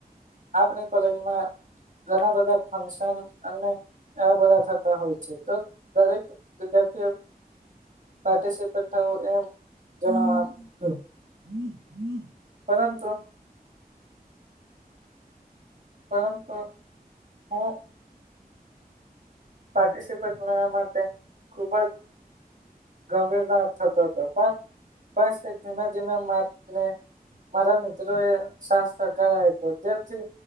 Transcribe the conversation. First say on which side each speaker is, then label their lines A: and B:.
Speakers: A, on the right; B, on the right.
A: આપણી કોલેજમાં ઘણા બધા ફંક્શન અને આ બધા થતા હોય છે તો દરેક વિદ્યાર્થીઓ પાર્ટિસપેટ થુંવુ એમ જણાવ તું.
B: હ હદ <inaudible>
A: પરંતુ. પરંતુ હું. પાર્ટિસિપેટ ના માટે ખુબ જ. ગંભીરતા થતો હતો પણ તે ધીમે ધીમે માર્ને મારા મિત્રો એ શસ્ત્ર કરાવ તો જેથી